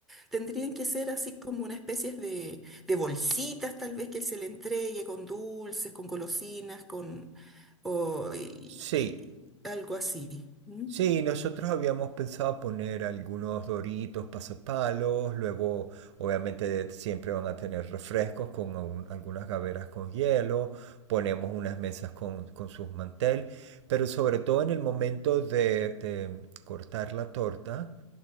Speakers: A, in the centre; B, on the right (about 60°).
A: tendrían que ser así como una especie de, de bolsitas tal vez que se le entregue con dulces, con golosinas, con o, y,
B: Sí,
A: y- algo así. ¿Mm?
B: Sí, nosotros habíamos pensado poner algunos doritos, pasapalos, luego obviamente siempre van a tener refrescos con algún- algunas gaveras con hielo, ponemos unas mesas con, con sus mantel, pero sobre todo en el momento de, de cortar la torta,